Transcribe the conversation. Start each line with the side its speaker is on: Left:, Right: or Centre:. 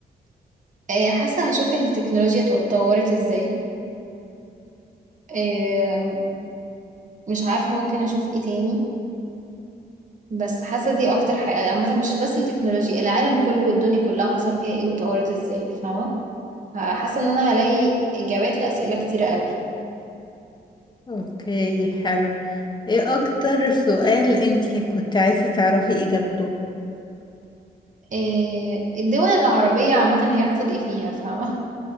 Right: آه، حاسة هشوف التكنولوجيا اتطورت ازاي آه، مش عارفة ممكن اشوف ايه تاني بس حاسة دي اكتر حاجة عامة مش بس التكنولوجيا العالم كله والدنيا كلها حصل فيها ايه واتطورت ازاي فاهمة حاسة ان انا هلاقي اجابات لأسئلة كتيرة قوي
Left: اوكي حلو ايه أكتر سؤال انتي كنت عايزة تعرفي إجابته
Right: آه، الدول العربية عامة هيحصل ايه فيها فاهمة